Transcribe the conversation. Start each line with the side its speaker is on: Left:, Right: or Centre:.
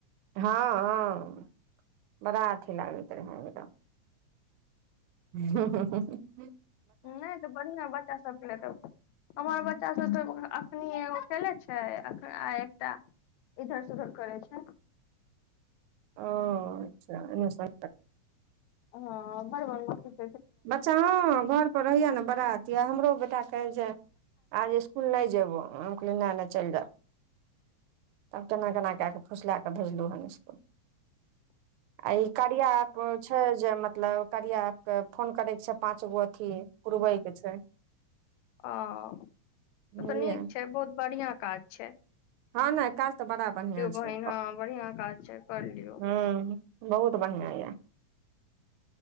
Right: ह ह बड़ा अथी लागैत रहै एकदम हु हा
Left: नहि तऽ बढ़िआ बच्चा सभके ले तऽ हमर बच्चा सभ तऽ एखनि एगो खेले छैय आ एकटा इधर सुधर करै छैय।
Right: ओ अच्छा एनामे सँ
Left: हा बर बदमाशी
Right: बच्चा हा घरपर रहहियए ने बड़ा अथि हमरो बेटा कहै जे आज स्कूल स्कूल नहि जेबो हम कहलिए नै नै चल जा तब केना केना कए कऽ फुसलाए कऽ भेजलहुँ हन स्कूल आई कार्या एप छैय जे मतलब कर्या एप के। फोन करैके छैय पाँचगो अथी पुरबैके छै
Left: ओ
Right: बुझलियै
Left: तऽ नीक छैय बहुत बढ़िआ काज छैय
Right: हा नहि काज तऽ बड़ा बढ़िआ छैय
Left: बहिन हँ बढ़िया काज छै कर लियौ
Right: ह बहुत बढ़िआ यए